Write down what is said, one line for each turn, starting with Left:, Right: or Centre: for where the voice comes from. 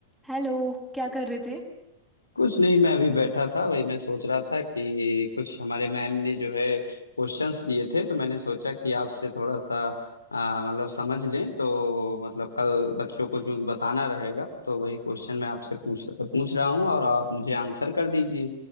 Centre: Hello क्या कर रहे थे
Left: कुछ नहीं मैं अभी बैठा था वही मैं सोच रहा था कि कुछ हमारे मैम ने जो है क्वेश्चंस दिए थे तो मैंने सोचा कि आपसे थोड़ा सा आ, मतलब समझ लें तो मतलब कल बच्चों को जो बताना रहेगा तो वही क्वेश्चन मैं आपसे पूछ पूछ रहा हूँ और आप मुझे आंसर कर दीजिए